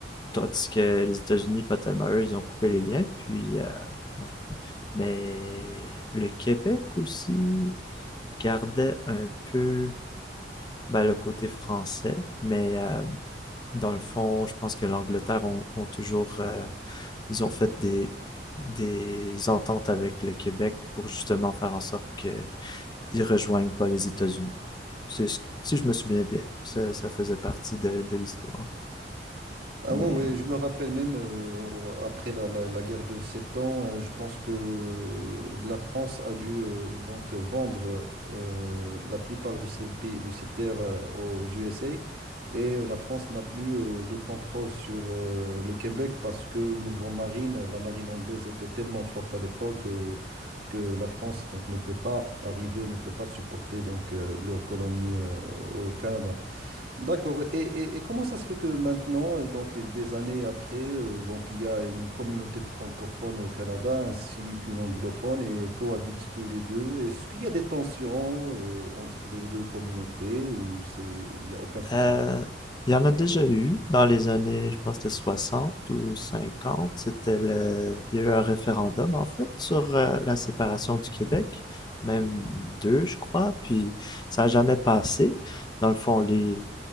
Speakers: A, on the left (about 25°); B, on the right (about 60°).
A: Tandis que les États-Unis, pas tellement eux, ils ont coupé les liens, puis, euh, ouais. Mais le Québec aussi gardait un peu ben, le côté français, mais euh, dans le fond, je pense que l'Angleterre ont, ont toujours, euh, ils ont fait des, des ententes avec le Québec pour justement faire en sorte qu'ils ne rejoignent pas les États-Unis. C'est si je me souviens bien, ça, ça faisait partie de, de l'histoire.
B: Ah
A: Mais
B: ouais, ouais,
A: euh,
B: je me rappelle même euh, au- au- après la, la- la guerre de Sept Ans, euh, je pense que euh, la France a dû euh, donc vendre euh, la plupart de ses pays, de ses terres euh, aux USA et euh, la France n'a plus euh, de contrôle sur euh, le Québec parce que niveau marine, la marine anglaise était tellement forte à l'époque euh, que la France donc ne peut pas arriver, ne peut pas supporter donc euh, leur colonie euh, au Canada. D'accord. Et, et- et comment ça se fait que maintenant, euh, donc euh, des années après, euh, donc il y a une communauté francophone au Canada ainsi qu'une anglophone et cohabitent tous les deux. Est-ce qu'il y a des tensions euh, entre les deux communautés ou c'est il n'y a aucun souci?
A: Euh, il y en a déjà eu dans les années, je pense que c'était 60 ou 50. C'était le... Il y a eu un référendum, en fait, sur euh, la séparation du Québec, même deux, je crois, puis ça n'a jamais passé. Dans le fond, les,